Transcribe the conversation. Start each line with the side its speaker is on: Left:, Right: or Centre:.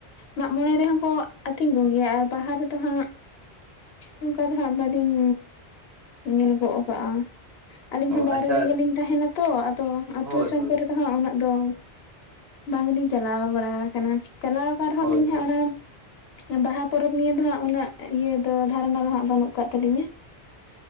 Left: ᱢᱟᱜ ᱢᱚᱬᱮ ᱨᱮᱦᱚᱸ ᱠᱚ ᱟᱹᱛᱤᱧ ᱠᱚᱜᱮᱭᱟ ᱟᱨ ᱵᱟᱦᱟ ᱨᱮᱫᱚ ᱦᱟᱸᱜᱼᱼ ᱚᱝᱠᱟ ᱫᱚ ᱦᱟᱸᱜ ᱵᱟᱞᱤᱧ ᱧᱮᱞ ᱜᱚᱫ ᱠᱟᱜ-ᱟ ᱟᱹᱞᱤᱧ
Right: ᱚ
Left: ᱦᱚᱸ ᱵᱟᱦᱨᱮ
Right: ᱟᱪᱪᱷᱟ
Left: ᱨᱮᱜᱮ ᱞᱤᱧ ᱛᱟᱦᱮ ᱱᱟᱛᱚ, ᱟᱫᱚ ᱟᱛᱩ
Right: ᱦᱳᱭ
Left: ᱫᱤᱥᱚᱢ
Right: ᱦᱳᱭ
Left: ᱠᱚᱨᱮ ᱫᱚ ᱦᱟᱸᱜ ᱩᱱᱟᱹᱜ ᱫᱚ ᱵᱟᱝᱞ ᱤᱧ ᱪᱟᱞᱟᱣ ᱵᱟᱲᱟ ᱠᱟᱱᱟ᱾ ᱪᱟᱞᱟᱣ ᱟᱠᱟᱱ ᱨᱮ ᱦᱚᱸᱞᱤᱧ
Right: ᱦᱳᱭ
Left: ᱦᱟᱸᱜ
Right: ᱦᱳᱭ
Left: ᱚᱱᱟᱼᱼ ᱵᱟᱦᱟ ᱯᱚᱨᱚᱵᱽ ᱱᱤᱭᱮ ᱫᱚ ᱦᱟᱸᱜ ᱩᱱᱟᱹᱜ ᱤᱭᱟᱹ ᱫᱚ ᱫᱷᱟᱨᱚᱱᱟ ᱫᱚ ᱦᱟᱸᱜ ᱵᱟᱹᱱᱩᱜ ᱠᱟᱜ ᱛᱟᱹᱟᱞᱤᱧᱟ ᱾